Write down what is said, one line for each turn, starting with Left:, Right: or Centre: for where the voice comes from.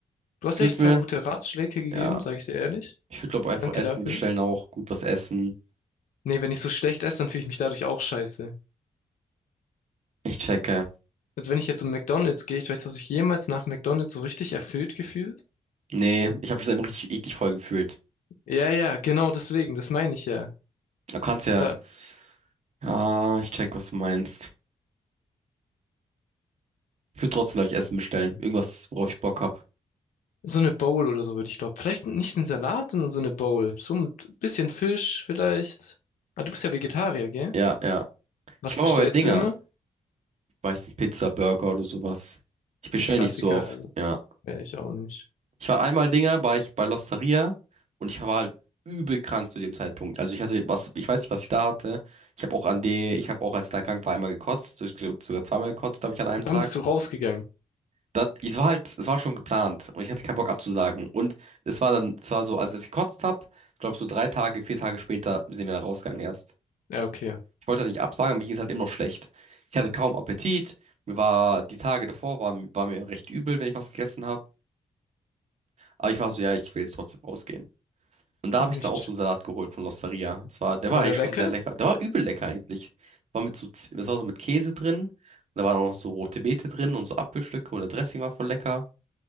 Left: Du hast
Right: Ich
Left: echt
Right: würde
Left: ein
Right: mir,
Left: paar gute Ratschläge gegeben,
Right: ja,
Left: sage ich dir ehrlich.
Right: ich würde glaube einfach
Left: Danke
Right: Essen
Left: dafür.
Right: bestellen auch, gut was essen.
Left: Nee, wenn ich so schlecht esse, dann fühle ich mich dadurch auch scheiße.
Right: Ich checke.
Left: Also wenn ich jetzt um McDonald's gehe, ich weiß, hast du dich jemals nach McDonald's so richtig erfüllt gefühlt?
Right: Nee, ich habe mich da immer richtig eklig voll gefühlt.
Left: Ja, ja, genau deswegen, das meine ich ja.
Right: Du kannst ja.
Left: Da,
Right: Ah, ich check, was du meinst. Ich würde trotzdem, glaube Essen bestellen. Irgendwas, worauf ich Bock hab.
Left: so eine Bowl oder so würde ich glauben. Vielleicht nicht einen Salat, sondern so eine Bowl. So ein bisschen Fisch vielleicht. Ah, du bist ja Vegetarier, gell?
Right: Ja, ja.
Left: Was
Right: Ich war
Left: bestellst
Right: mal bei Dinger.
Left: du immer?
Right: Ich weiß nicht, Pizza, Burger oder sowas. Ich bestelle
Left: Ein Klassiker,
Right: nicht so oft, ja.
Left: wäre ich auch nicht.
Right: Ich war einmal Dinger, war ich bei L'Osteria und ich war halt übel krank zu dem Zeitpunkt. Also ich hatte was, ich weiß nicht, was ich da hatte. Ich habe auch an D, ich habe auch, als ich da krank war, einmal gekotzt. Ich glaube, sogar zweimal gekotzt, glaube ich, an einem
Left: Und
Right: Tag.
Left: dann bist du rausgegangen.
Right: Dann, es war halt, es war schon geplant und ich hatte keinen Bock abzusagen. Und es war dann, es war so, als ich gekotzt hab, glaube so drei Tage, vier Tage später sind wir da rausgegangen erst.
Left: Ja, okay.
Right: Ich wollte nicht absagen, aber mir ging es halt immer noch schlecht. Ich hatte kaum Appetit. Mir war, die Tage davor war, war mir recht übel, wenn ich was gegessen habe. Aber ich war so, ja, ich will jetzt trotzdem rausgehen. Und da
Left: Nicht.
Right: habe ich dann auch so einen Salat geholt von L'Osteria. Es war, der
Left: War
Right: war eigentlich
Left: der lecker?
Right: schon sehr lecker. Der war übel lecker eigentlich. War mit so, Z- das war so mit Käse drin. Da waren auch noch so rote Beete drin und so Apfelstücke und der Dressing war voll lecker.